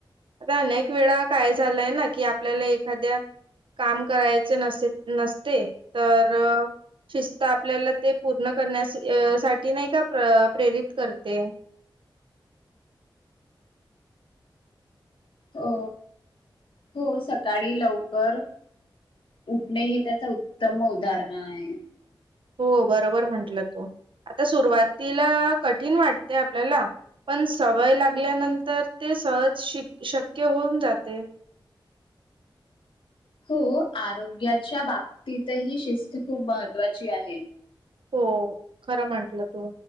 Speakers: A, on the right; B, on the left.
A: आता अनेक वेळा काय झालंय ना कि आपल्याला एखाद्या काम करायचे नसे नसते तर शिस्त आपल्याला ते पूर्ण करण्या साठी नाही का प्रेरित करते.
B: हो, हो. सकाळी लवकर उठणे हे त्याच उत्तम उदाहरण आहे.
A: हो. बरोबर म्हंटलं तु आता सुरुवातीला कठीण वाटते आपल्याला पण सवय लागल्यानंतर ते सहज शि शक्य होऊन जातयं.
B: हो, आरोग्याच्या बाबतीतही शिस्त खूप महत्त्वाची आहे.
A: हो. खरं म्हटलं तू